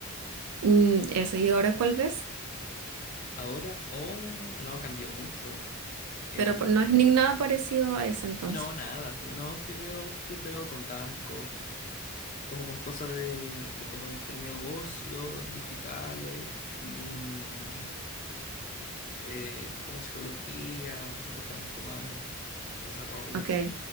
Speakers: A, on the right (about 85°); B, on the left (about 35°).
A: mm, eso. ¿Y ahora cuál ves?
B: Ahora, oh, no, cambió mucho. Em,
A: Pero por- no es ni nada parecido a ese entonces.
B: no, nada. pues, No, si veo que estoy pegado con Danco, como con cosas de, de como de entre negocios digitales y mm, eh, como psicología, comportamiento humano, desarrollo.
A: Ok,